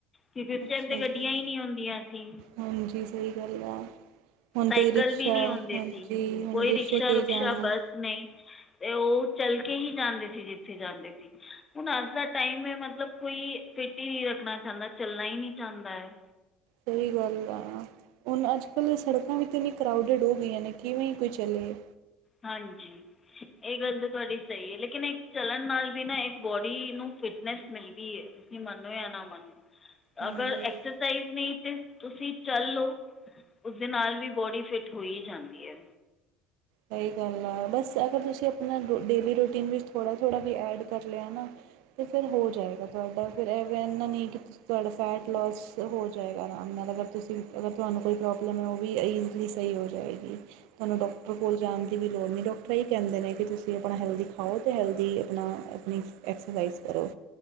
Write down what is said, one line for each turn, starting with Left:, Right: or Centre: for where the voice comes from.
Left: ਕਿਸੇ
Right: ਅੱਛਾ
Left: ਟਾਈਮ ਤੇ ਗੱਡੀਆਂ
Right: ਜੀ,
Left: ਹੀ ਨਹੀਂ ਆਂਦੀਆਂ ਸੀ।
Right: ਹਾਂਜੀ ਸਹੀ ਗੱਲ ਆ। ਹੁਣ
Left: ਸਾਈਕਲ
Right: ਤੇ ਰਿਕਸ਼ਾ
Left: ਵੀ ਨਹੀਂ ਹੁੰਦੇ
Right: ਹਾਂਜੀ
Left: ਸੀ
Right: ਹੁਣ
Left: ਕੋਈ
Right: ਰਿਕਸ਼ੇ
Left: ਰਿਕਸ਼ਾ
Right: ਤੇ
Left: ਰੁਕਸ਼ਾ
Right: ਹੀ ਜਾਣਾ।
Left: ਬੱਸ ਨਹੀਂ ਤੇ ਉਹ ਚਲ ਕੇ ਹੀ ਜਾਂਦੇ ਸੀ ਜਿੱਥੇ ਜਾਂਦੇ ਸੀ। ਹੁਣ ਅੱਜ ਦਾ ਟਾਈਮ ਮਤਲਬ ਕੋਈ ਫਿਟ ਹੀ ਨਹੀਂ ਰੱਖਣਾ ਚਾਹੁੰਦਾ ਚੱਲਣਾ ਹੀ ਨਹੀਂ ਚਾਹੁੰਦਾ ਹੈ।
Right: ਸਹੀ ਗੱਲ ਆ। ਹੁਣ ਅੱਜ ਕੱਲ ਸੜਕਾਂ ਵੀ ਤਾਂ ਇੰਨੀ ਕਰਾਊਡ ਹੋ ਗਈਆਂ ਨੇ ਕਿਵੇਂ ਕੋਈ ਚਲੇ?
Left: ਹਾਂਜੀ ਇਹ ਗੱਲ ਤਾਂ ਤੁਹਾਡੀ ਸਹੀ ਹੈ। ਲੇਕਿਨ ਇੱਕ ਚਲਣ ਨਾਲ ਵੀ ਨਾ ਇੱਕ ਬੋਡੀ ਨੂੰ ਫਿਟਨੈਸ ਮਿਲਦੀ ਹੈ। ਤੁਸੀਂ ਮੰਨੋ ਜਾਂ ਨਾ ਮੰਨੋ
Right: ਹਾਂਜੀ।
Left: ਅਗਰ ਐਕਸ ਐਕਸਰਸਾਈਜ਼ ਨਹੀਂ ਤੇ ਤੁਸੀਂ ਚੱਲ ਲਓ। ਉਸਦੇ ਨਾਲ ਵੀ ਬੋਡੀ ਫਿਟ ਹੋਈ ਜਾਂਦੀ ਹੈ।
Right: ਸਹੀ ਗੱਲ ਆ। ਬਸ ਅਗਰ ਤੁਸੀਂ ਆਪਣਾ ਡੇਲੀ ਰੂਟੀਨ ਵਿੱਚ ਥੋੜਾ ਥੋੜਾ ਵੀ ਐਡ ਕਰ ਲਿਆ ਨਾ। ਤੇ ਫਿਰ ਹੋ ਜਾਏਗਾ। ਤੁਹਾਡਾ ਫਿਰ ਐਵੇਂ ਇਨਾ ਨਹੀਂ ਤੁਹਾਡਾ ਫੈਟ ਲੋਸ ਹੋ ਜਾਏਗਾ ਆਰਾਮ ਨਾਲ। ਅਗਰ ਤੁਸੀਂ ਅਗਰ ਤੁਹਾਨੂੰ ਕੋਈ ਪ੍ਰੋਬਲਮ ਹੈ ਉਹ ਵੀ ਇ ਉਹ ਵੀ ਸਹੀ ਹੋ ਜਾਏਗੀ। ਤੁਹਾਨੂੰ ਡਾਕ ਜਾਣ ਦੀ ਵੀ ਲੋੜ ਨਹੀਂ। ਡਾਕਟਰ ਇਹੀ ਕਹਿੰਦੇ ਨੇ ਕਿ ਤੁਸੀਂ ਆਪਣਾ ਹੈਲਦੀ ਖਾਓ ਅਤੇ ਹੈਲਦੀ ਆਪਣਾ ਆਪਣੀ ਐਕਸਰਸਾਈਜ਼ ਕਰੋ।